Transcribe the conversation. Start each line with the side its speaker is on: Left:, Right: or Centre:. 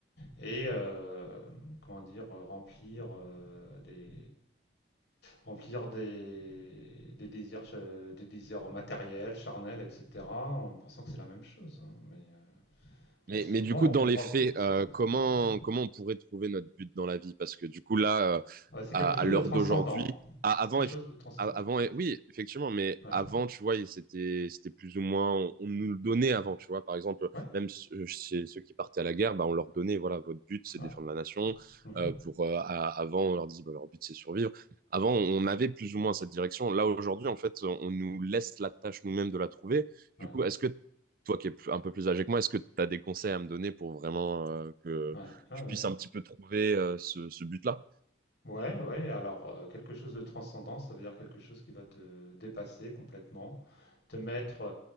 Left: et euh, comment dire, euh, remplir euh, des, remplir des, des désirs, euh, des désirs matériels, charnels, etc., en pensant que c'est la même chose. hein. Mais euh,
Right: Mais,
Left: on- souvent,
Right: mais du coup,
Left: on
Right: dans
Left: comprend
Right: les faits,
Left: le- que c'est
Right: euh,
Left: pas, c'est
Right: comment,
Left: pas pareil,
Right: comment
Left: quoi.
Right: on pourrait trouver notre but dans la vie? Parce que du coup, là, euh,
Left: Ouais, c'est quelque
Right: à, à
Left: chose
Right: l'heure
Left: de transcendant,
Right: d'aujourd'hui. À- Avant,
Left: quelque chose
Right: eff-
Left: de transcendant.
Right: à- avant, eh, oui, effectivement, mais
Left: Ouais,
Right: avant, tu vois, il- c'était, c'était plus ou moins, on, on nous le donnait avant, tu vois. Par exemple,
Left: ouais,
Right: même ceux, chez ceux qui partaient à la guerre, bah, on leur donnait, voilà, votre but, c'est
Left: ouais.
Right: défendre la nation.
Left: Mhm.
Right: Euh, pour, euh, à- avant, on leur disait, bah, leur but, c'est survivre. Avant, on avait plus ou moins cette direction. Là, aujourd'hui, en fait, on on nous laisse la tâche nous-mêmes de la trouver.
Left: Ouais,
Right: Du coup, est-ce que toi qui es plus- un peu plus âgé que moi, est-ce que tu as des conseils à me donner pour vraiment euh, que
Left: ouais, ah
Right: je
Left: ouais.
Right: puisse un petit peu trouver euh, ce, ce but-là?
Left: Ouais, ouais, alors euh, quelque chose de transcendant, ça veut dire quelque chose qui va te dépasser complètement, te mettre